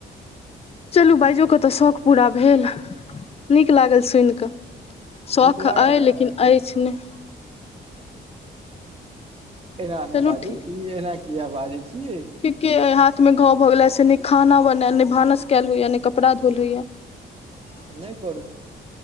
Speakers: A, on the left; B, on the right.
A: चलू बाजयो क तऽ शौक पूरा भेल नीक लागल सुन कऽ शौख
B: नीक
A: अइ
B: लागल ने
A: लेकिन अछि नहि
B: एना नहि
A: चलू
B: बाजू
A: ठीक
B: ई एना किया बाजै छियै
A: ठीके हाथ में घाव भऽ गेले से ने खाना बने ने भानस कयल होइया ने कपड़ा धोल हइया
B: तऽ नहि करू